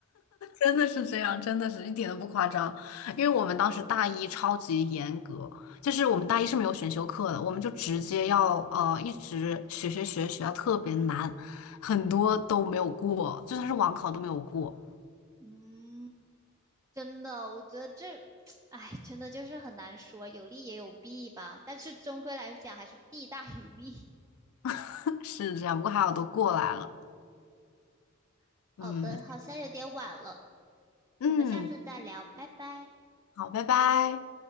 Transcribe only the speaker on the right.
嗯。真的，我觉得这，<tsk> 哎，真的就是很难说，有利也有弊吧。但是终归来讲，还是弊大于利。
<laughs>
好的，好像有点晚了，
我们下次再聊，拜拜。